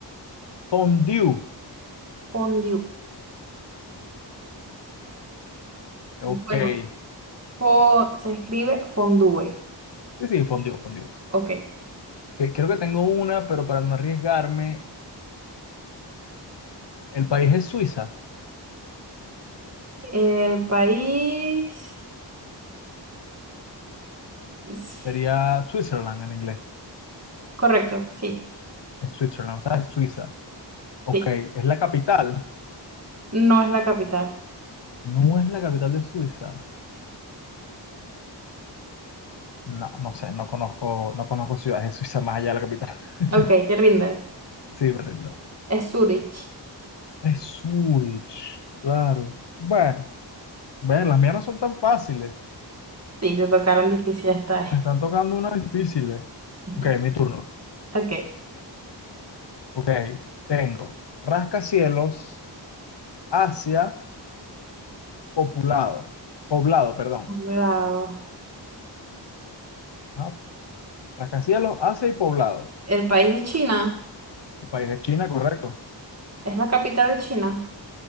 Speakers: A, on the left (about 70°); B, on the right (about 35°).
A: Fondue.
B: fondue.
A: Ok.
B: Bueno,
A: Sí,
B: fo- se escribe fondue.
A: sí, fondue, fondue.
B: Ok.
A: Que- creo que tengo una, pero para no arriesgarme, el país es Suiza.
B: El país. es-
A: Sería Switzerland en inglés.
B: Correcto, sí,
A: Es Switzerland, o sea, es Suiza. Ok,
B: sí.
A: ¿es la capital?
B: No es la capital.
A: No es la capital de Suiza. No, no sé, no conozco, no conozco ciudades de Suiza más allá de la capital. <laughs>
B: Ok, te rindes.
A: Sí, me rindo.
B: Es Zurich.
A: Es Zurich, claro. Bueno, ven, las mías no son tan fáciles.
B: Sí, te tocaron difíciles esta vez.
A: Me están tocando unas difíciles.
B: <laughs>
A: Ok, mi turno.
B: Ok.
A: Ok, tengo rascacielos, Asia, poblado. Poblado, perdón.
B: Lado,
A: Ajá, Rascacielos, Asia y poblado.
B: El país es China,
A: El país es China, correcto.
B: es la capital de China.